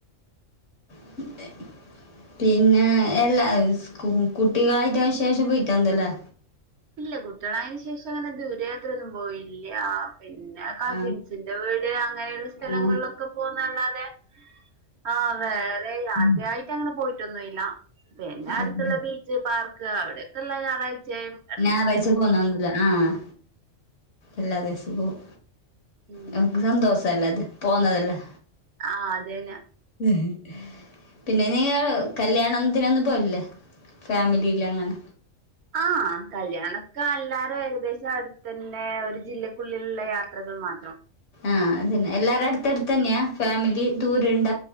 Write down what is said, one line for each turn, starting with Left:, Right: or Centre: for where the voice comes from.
Left: <inaudible> പിന്നെ എല്ലാ ഇസ്‌ക് കുട്ടികളായിട്ടനെ ശേഷം പോയിട്ടാന്നുല്ലേ
Right: ഇല്ല കുട്ടികളായന് ശേഷം അങ്ങനെ ദൂരയാത്രൊന്നും പോയില്ല പിന്ന കസിൻസിന്റെ
Left: ആ
Right: വീട് അങ്ങനെയുള്ള സ്ഥലങ്ങളിലൊക്കെ
Left: ആ
Right: പോകുന്നല്ലാതെ ആ വേറെ യാത്രയായിട്ട്
Left: ഉം.
Right: അങ്ങനെ പോയിട്ടൊന്നുംഇല്ല പിന്നെ അടുത്തുള്ള
Left: അതെ
Right: ബീച്ച് പാർക്ക് അവിടെയൊക്കെ എല്ലാം ഞായറാഴ് ച്ചയും
Left: ഞായറാഴ്ച്ച പോന്നന്ല്ല ആഹ് എല്ലാ ദിവസവും പോകും
Right: ഉം
Left: ഞമ്മക്ക് സന്തോസ ല്ലെ അത് പോന്നതല്ലേ
Right: ആഹ് അ തന്ന
Left: ഉ ഹും പിന്നെനിങ്ങൾ കല്യാണത്തിനൊന്നും പോകലില്ലേ ഫാമിലീൽലങ്ങന
Right: ആഹ് കല്യാണൊക്കെ എല്ലാരും ഏകദേശം അടുത്തന്നെ ഒരു ജില്ലക്കുള്ളിലുള്ള യാത്രകൾ മാത്രം
Left: ആഹ് അതന്നെ എല്ലാരേം അടുത്ത ടുത്തന്നെയാ ഫാമിലി ദൂരണ്ട